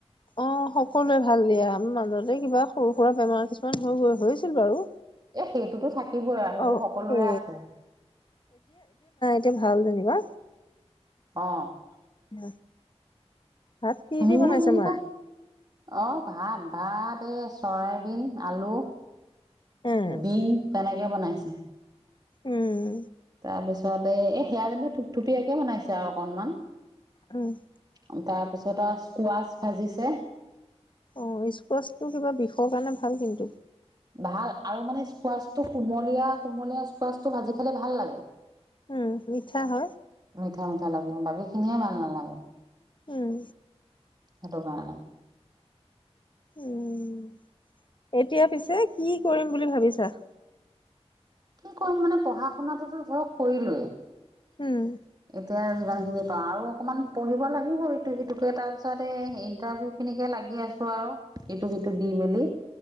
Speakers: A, on the left; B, on the right.
A: অ', সকলোৱে ভাল দিয়া মাজতে কিবা সৰু সুৰা বেমাৰ কিছুমান হৈ গৈ হৈছিল বাৰু।
B: এ সেইটোতো থাকিবই আৰু সেইটো
A: অ
B: সকলোৰে
A: এ
B: আছে।
A: এয়া ভাল যেনিবা।
B: অ'।
A: উ <unintelligible> ভাত কি কি
B: মোৰো
A: বনাইছে
B: যেনিবা
A: মায়ে?
B: অ', ভাত ভাত এই চৰাইবিন আলু
A: উম
B: দীম তেনেক বনাইছে।
A: উম।
B: তাৰপিছত এই সেয়া যেনকে থুপথুপীয়াকে বনাইছে আৰু অকনমান।
A: উম
B: অ তাৰপিছত টা স্কোৱাচ ভাজিছে।
A: অ স্কোৱাচটো কিবা বিষৰ কাৰণে ভাল কিন্তু।
B: ভাল আৰু মানে স্কোৱাচটো কুমলীয়া কুমলীয়া স্কোৱাচটো ভাজি খালে ভাল লাগে।
A: উম মিঠা হয়।
B: মিঠা মিঠা লাগে বাকী খিনিহে ভাল নালাগে।
A: উম
B: সেটো কাৰন
A: উম এতিয়া পিছে কি কৰিম বুলি ভাবিছা?
B: কি ক'ম মানে পঢ়া শুনাটোতো ধৰক কৰিলোয়েই।
A: উম
B: এতিয়া মান পা আৰু অকনমান পঢ়িব লাগিব‌ই, এইটো সিটোকে তাৰপিছতে এই ইন্টাৰভিউ খিনিকে লাগি আছো আও। এইটো যিটো দি মেলি।